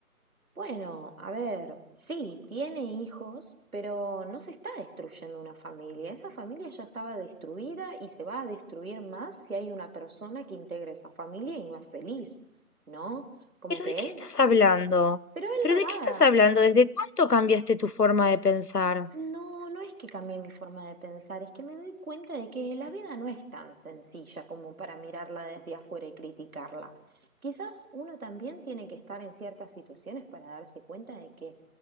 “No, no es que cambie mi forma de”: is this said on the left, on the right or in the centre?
Right